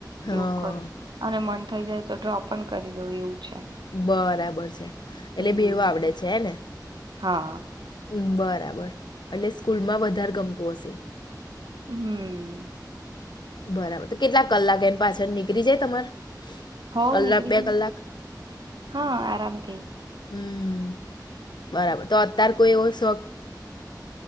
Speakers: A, on the left (about 80°); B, on the right (about 85°).
A: હા
B: એવું કર અને મન. થઈ જાય તો ડ્રો પણ કરી દઉ એવું. છે
A: બરાબર છે એટલે
B: હમ
A: ભેવો આવડે છે હ ને.
B: હા
A: હમ બરાબર એટલે સ્કૂલમાં વધારે ગમતું હશે.
B: હમ.
A: બરાબર તો કેટલા કલાક એમ પાછળ નીકળી જાય તમાર.
B: હોવ
A: કલાક
B: નીકળ
A: બે
B: ગ
A: કલાક
B: હા આરામથી.
A: હમ બરાબર તો અત્યાર કોઈ એવો શોક.